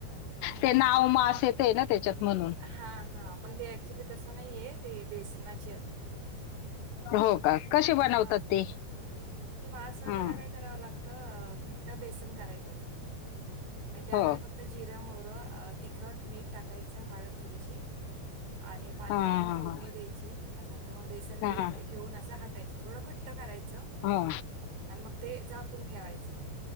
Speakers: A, on the left; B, on the right.
A: ते नाव मास येतेय ना त्याच्यात म्हणून
B: हा हा पण ते ऍक्च्युली तसं नाही आहे ते बेसनाची असते ते
A: हो का कशी बनवतात
B: हां,
A: ते
B: ती मासवडीला
A: ह
B: काय करावं लागतं घट्ट बेसन करायचं असतं म त्यामध्ये
A: हो
B: फक्त जिरा मोरं तिखट मीठ टाकायचं हळद थोडीशी आणि पाणी
A: हां
B: टाकून
A: हां
B: फोडणी
A: हां
B: द्यायची आणि नंतर मग बेसन
A: हां
B: पीठ
A: हां
B: घेऊन असं हात च थोडं घट्ट करायचं
A: हा
B: आणि मग ते झाकून ठेवायचं